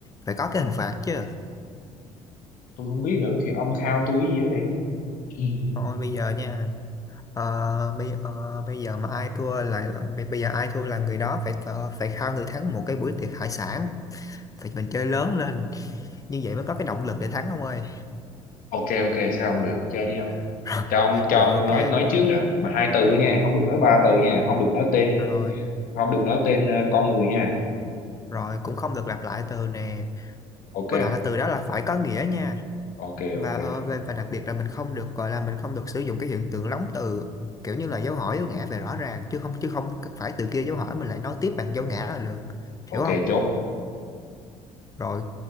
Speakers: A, on the left (about 20°); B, on the left (about 55°).
A: phải có cái hình phạt chứ
B: tôi không biết nữa thì ông khao tôi gì đó đi
A: thôi
B: <laughs>
A: bây giờ nha ờ, bây ờ, bây giờ mà ai thua lại là- bây, bây giờ ai thua là người đó phải thờ- phải khao người thắng một cái buổi tiệc hải sản phải mình chơi lớn lên như vậy mới có cái động lực để thắng ông ơi
B: ok ok sao không được chơi đi ông
A: <laughs> rồi
B: cho ông cho
A: rồi
B: ông
A: ok
B: nói nói trước đó mà hai từ thôi nha không được nói ba từ nha không được nói tên
A: rồi
B: không được nói tên ờ, con người nha
A: rồi cũng không được lặp lại từ nè
B: ok
A: với lại là từ đó là phải có nghĩa nha
B: ok
A: và
B: ok
A: ờ, và, và đặc biệt là mình không được gọi là mình không được sử dụng cái hiện tượng lóng từ kiểu như là dấu hỏi dấu ngã về rõ ràng chứ không chứ không phải từ kia dấu hỏi mình lại nói tiếp bằng dấu ngã là được
B: ok
A: hiểu không
B: chốt
A: rồi